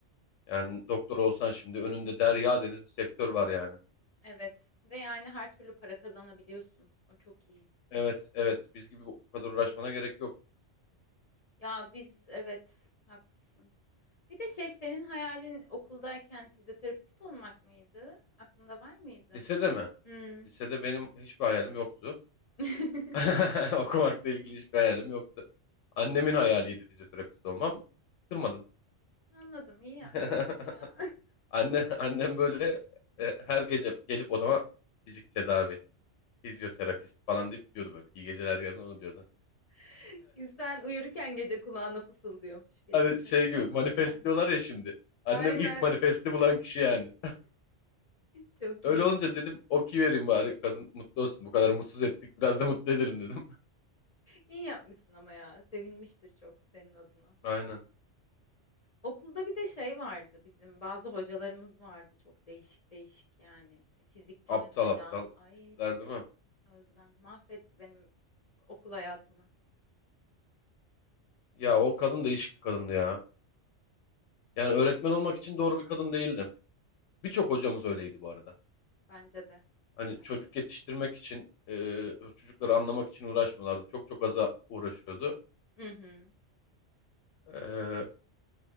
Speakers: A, on the left; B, on the left.
A: Yani doktor olsan şimdi önünde derya deniz bir sektör var yani.
B: Evet ve yani her türlü para kazanabiliyorsun. O çok iyi.
A: Evet, evet biz gibi bu bu kadar uğraşmana gerek yok.
B: Ya biz evet haklısın. Bir de şey senin hayalin okuldayken fizyoterapist olmak mıydı? Aklında var mıydı?
A: Lisede mi?
B: Hmm.
A: Lisede benim hiçbir hayalim yoktu.
B: <laughs>
A: <laughs> Okumakla ilgili hiçbir hayalim yoktu. Annemin hayaliydi fizyoterapist olmam. Kırmadım.
B: Anladım iyi yapmışsın
A: <laughs>
B: ya.
A: Anne, annem böyle e, her gece gelip odama fizik tedavi, fizyoterapist falan deyip gidiyordu böyle. İyi geceler yarın onu diyordu. <laughs>
B: <laughs> İnsan uyurken gece kulağına fısıldıyormuş. Fizyoterapi
A: Hani şey gibi
B: okuyacağım.
A: manifest diyorlar ya şimdi. Annem
B: Aynen
A: ilk manifesti bulan kişi yani.
B: çok
A: Öyle
B: iyiymiş.
A: olunca dedim okey vereyim bari kadın mutlu olsun. Bu kadar mutsuz ettik biraz da mutlu edelim dedim.
B: İyi yapmışsın ama ya sevinmiştir çok senin adına.
A: <laughs> Aynen.
B: Okulda bir de şey vardı bizim bazı hocalarımız vardı çok değişik değişik yani. E, Fizikçi
A: Aptal
B: mesela.
A: aptal
B: Ay
A: tipler değil mi?
B: Özlem mahvetti benim okul hayatımı.
A: Ya o kadın değişik bir kadındı ya. Yani öğretmen olmak için doğru bir kadın değildi. Birçok hocamız öyleydi bu arada.
B: Bence de.
A: Hani
B: Bence
A: çocuk
B: de.
A: yetiştirmek için, e, çocukları anlamak için uğraşmıyorlardı. Çok çok aza uğraşıyordu.
B: Hı hı.
A: E,